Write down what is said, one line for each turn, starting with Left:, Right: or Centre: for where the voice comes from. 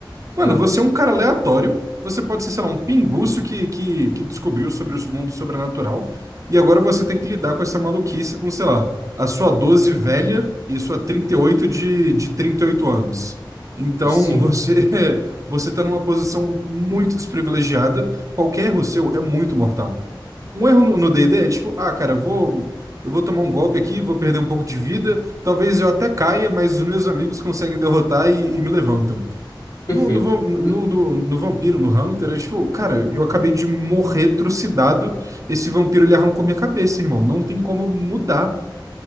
Right: Mano,
Left: É,
Right: você é um cara aleatório. Você pode ser, sei lá, um pinguço que, que, que descobriu sobre os mundos sobrenatural. E agora você tem que lidar com essa maluquice com, sei lá, a sua 12 velha e sua 38 de, de 38 anos. Então
Left: sim.
Right: você <laughs> você tá numa posição muito desprivilegiada. Qualquer erro seu é muito mortal. Um erro no no D&D é tipo, ah, cara, eu vou, eu vou tomar um golpe aqui, vou perder um pouco de vida. Talvez eu até caia, mas os meus amigos conseguem derrotar e e me levantam.
Left: Perfeito.
Right: No, no, vam-
Left: D-
Right: no, no, no vampiro, no Hunter, é tipo, cara, eu acabei de morrer trucidado. Esse vampiro ele arrancou minha cabeça, irmão. Não tem como eu mudar.